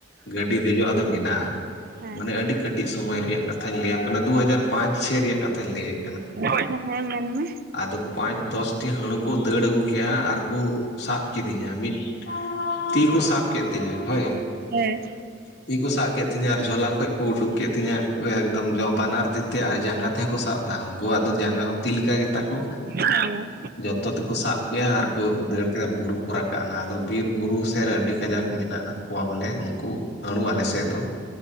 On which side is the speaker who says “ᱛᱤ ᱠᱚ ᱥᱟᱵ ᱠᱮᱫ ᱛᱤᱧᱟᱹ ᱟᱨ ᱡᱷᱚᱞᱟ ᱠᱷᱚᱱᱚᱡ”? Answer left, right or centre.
Left